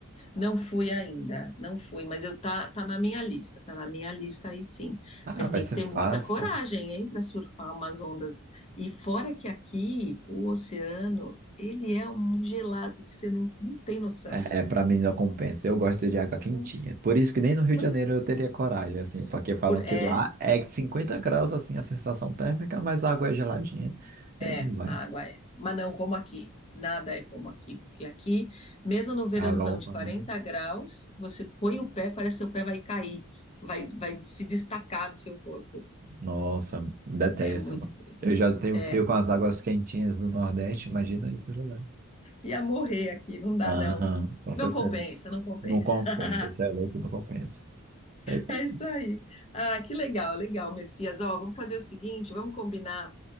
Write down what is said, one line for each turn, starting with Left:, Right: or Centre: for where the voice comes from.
Left: não fui ainda, não fui, mas eu tá, tá na minha lista, tá na minha lista aí sim.
Right: Ah,
Left: Mas
Right: vai
Left: tem
Right: ser
Left: que ter
Right: fácil,
Left: muita coragem,
Right: né?
Left: hein, para surfar umas ondas. E fora que aqui o oceano, ele é um gelado que você não, não tem noção.
Right: É, pra mim não compensa, eu gosto de água
Left: Não,
Right: quentinha. Por isso que nem no Rio
Left: Pois
Right: de Janeiro eu teria coragem, assim, porque falam
Left: por-
Right: que
Left: é.
Right: lá é 50 graus, assim, a sensação térmica, mas a água é geladinha. É,
Left: É,
Right: não vai.
Left: a água é. Mas não como aqui. Nada é como aqui. Porque aqui, mesmo no verãozão
Right: A Europa,
Left: de 40
Right: né?
Left: graus, você põe o pé, parece que seu pé vai cair, vai, vai se destacar do seu corpo.
Right: Nossa, detesto,
Left: É muito
Right: mano.
Left: frio.
Right: Eu já tenho
Left: É.
Right: frio com as águas quentinhas do Nordeste, imagina esse lugar.
Left: Ia morrer aqui, não dá
Right: Aham,
Left: não.
Right: com
Left: Não
Right: certeza.
Left: compensa, não compensa.
Right: Não compensa,
Left: <laughs>
Right: você é louco, não compensa. Daí foi
Left: É isso
Right: isso.
Left: aí. Ah, que legal, legal, Messias. Ó, vamos fazer o seguinte, vamos combinar